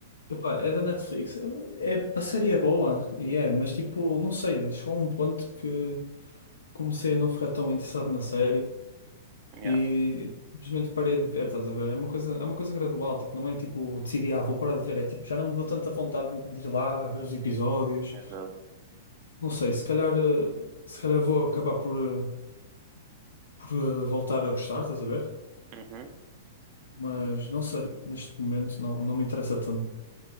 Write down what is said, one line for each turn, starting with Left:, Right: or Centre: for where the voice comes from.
Left: Epá, é da Netflix. É, a série é boa, e é, mas tipo, não sei, chegou a um ponto que comecei a não ficar tão interessado na série
Right: Yeah,
Left: e simplesmente parei de ver, estás a ver? É uma coisa, é uma coisa gradual, tipo, não é tipo, decidi, ah, vou parar de ver, é tipo, já não me deu tanta vontade de ir lá a ver os episódios.
Right: exato.
Left: Não sei, se calhar, eh, se calhar vou acabar por, eh, por eh, voltar a gostar, estás a ver?
Right: Uhum.
Left: Mas não sei, neste momento não, não me interessa tanto